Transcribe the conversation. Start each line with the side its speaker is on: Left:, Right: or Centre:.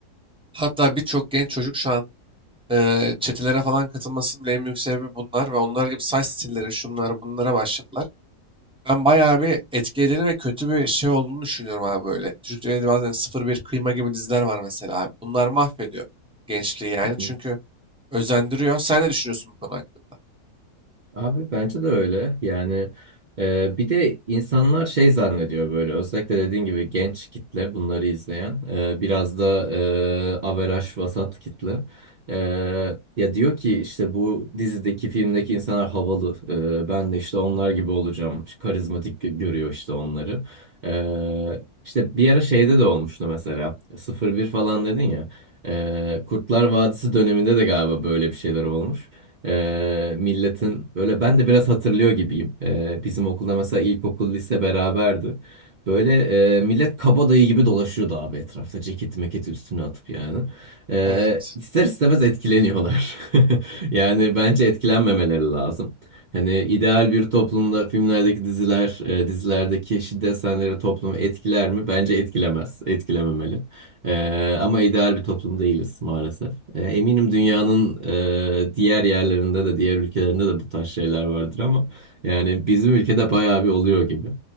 Centre: Hatta birçok genç çocuk şu an e, çetelere falan katılmasının bile en büyük sebebi bunlar ve onlar gibi saç stilleri şunlar bunlara başladılar. Ben bayağı bir etkilerini ve kötü bir şey olduğunu düşünüyorum abi böyle. Türk Televizyonda bazen sıfır bir Kıyma gibi diziler var mesela abi. Bunlar mahvediyor gençliği yani
Right: Hı.
Centre: çünkü özendiriyor. Sen ne düşünüyorsun bu konu hakkında?
Right: Abi bence de öyle. Yani e, bir de insanlar şey zannediyor böyle özellikle dediğin gibi genç kitle bunları izleyen e, biraz da e, averaj vasat kitle. E, ya diyor ki işte bu dizideki filmdeki insanlar havalı. E, ben de işte onlar gibi olacağım. İşte Karizmatik gö- görüyor işte onları. E, işte bir ara şeyde de olmuştu mesela sıfır bir falan dedin ya. E, Kurtlar Vadisi döneminde de galiba böyle bir şeyler olmuş. Ee, milletin böyle ben de biraz hatırlıyor gibiyim. Ee, bizim okulda mesela ilkokul lise beraberdi. Böyle e, millet kabadayı gibi dolaşıyordu abi etrafta ceketi meketi üstüne atıp yani. Ee,
Centre: Evet.
Right: ister istemez etkileniyorlar. <laughs> Yani bence etkilenmemeleri lazım. Hani ideal bir toplumda filmlerdeki diziler, e, dizilerdeki şiddet sahneleri toplumu etkiler mi? Bence etkilemez, etkilememeli. Ee, ama ideal bir toplum değiliz maalesef. Ee, eminim dünyanın e, diğer yerlerinde de diğer ülkelerinde de bu tarz şeyler vardır ama yani bizim ülkede bayağı bir oluyor gibi.